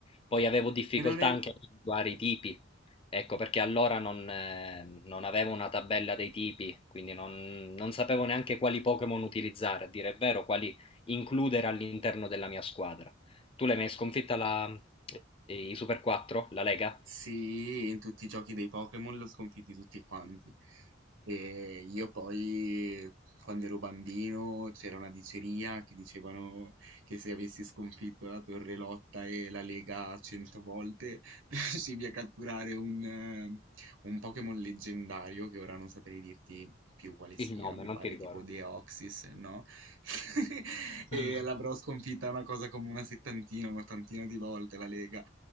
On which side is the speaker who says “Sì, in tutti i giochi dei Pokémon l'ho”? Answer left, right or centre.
Right